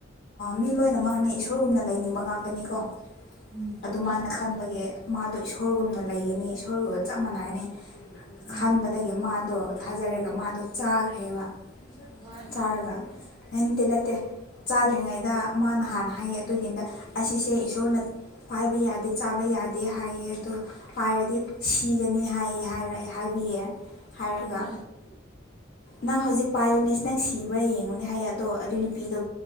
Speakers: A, on the left; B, on the right.
A: ꯃꯤ ꯂꯣꯏꯅꯃꯛꯅꯦ ꯏꯁꯣꯔꯒꯨꯝꯅ ꯂꯩꯅꯤꯡꯕ ꯉꯥꯛꯇꯅꯤꯀꯣ
B: ꯎꯝ ꯆꯨꯝꯃꯦ
A: ꯑꯗꯨꯃꯥꯏꯅ ꯈꯟꯕꯒꯤ ꯃꯥꯗꯣ ꯏꯁꯣꯔꯒꯨꯝꯅ ꯂꯩꯒꯅꯤ ꯏꯁꯣꯔꯒꯨꯝ ꯆꯞ ꯃꯥꯟꯅꯒꯅꯤ
B: ꯎꯝ
A: ꯈꯟꯕꯗꯒꯤ ꯃꯥꯗꯣ ꯊꯥꯖꯔꯒ ꯃꯥꯗꯣ ꯆꯥꯈ꯭ꯔꯦꯕ
B: ꯍꯣꯏ
A: ꯆꯥꯔꯒ ꯅꯇꯦ ꯅꯠꯇꯦ ꯆꯥ ꯆꯗ꯭ꯔꯤꯉꯩꯗ ꯃꯥꯅ ꯍꯥꯟꯅ ꯍꯥꯏꯌꯦ ꯑꯗꯨꯏꯅꯤꯗ ꯑꯁꯤꯁꯦ ꯏꯁꯣꯔꯅ ꯄꯥꯏꯕ ꯌꯥꯗꯦ ꯆꯥꯕ ꯌꯥꯗꯦ ꯍꯥꯏꯌꯦ ꯑꯗꯣ ꯄꯥꯏꯔꯗꯤ ꯁꯤꯒꯅꯤ ꯍꯥꯏꯌꯦ ꯍꯥꯏꯔ ꯍꯥꯏꯕꯤꯌꯦ ꯍꯥꯏꯔꯒ
B: ꯆꯨꯝꯃꯦ
A: ꯅꯪ ꯍꯧꯖꯤꯛ ꯄꯥꯏꯌꯣꯅꯦꯁ ꯅꯪ ꯁꯤꯕ꯭ꯔꯥ ꯌꯦꯡꯉꯨꯅꯦ ꯍꯥꯏꯌꯦ ꯑꯗꯣ ꯑꯗꯨ ꯅꯨꯄꯤꯗꯨ